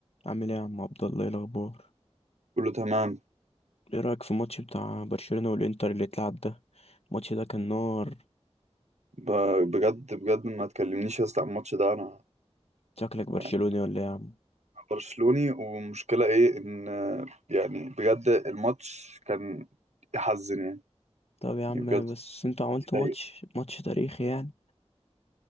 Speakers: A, on the left; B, on the right.
A: عامل ايه يا عم عبد الله ايه الاخبار
B: كله تمام
A: ايه رايك في الماتش بتاع برشلونه والانتر اللي اتلعب ده الماتش ده كان نار
B: ب- بجد بجد ما تكلمنيش يا اسطى عن الماتش ده انا
A: شكلك برشلوني
B: يعني
A: ولا ايه يا عم
B: أنا برشلوني ومشكلة ايه ان يعني بجد الماتش كان يحزن يعني
A: طب يا عم
B: يعني بجد
A: بس انتوا عملتوا
B: يضايق
A: ماتش ماتش تاريخي يعني